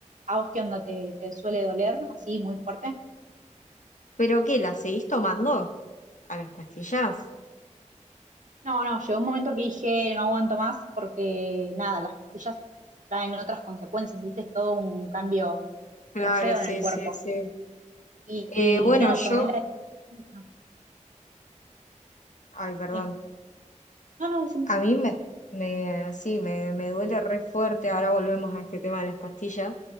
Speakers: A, on the right; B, on the left.
A: ¿A vos qué onda? ¿Te, te suele doler así muy fuerte?
B: ¿Pero qué? ¿La seguís tomando? ¿A las pastillas?
A: No, no, llegó un momento que dije no aguanto más porque nada, las pastillas traen otras consecuencias, viste, es todo un cambio
B: Claro,
A: re feo
B: sí,
A: en el cuerpo.
B: sí, sí.
A: Y,
B: Eh,
A: y
B: bueno,
A: no,
B: yo,
A: tomé la decisión.
B: ay, perdón,
A: No, sí. No, no, sí.
B: a mí me, me sí, me, me duele re fuerte, ahora volvemos a este tema de las pastillas.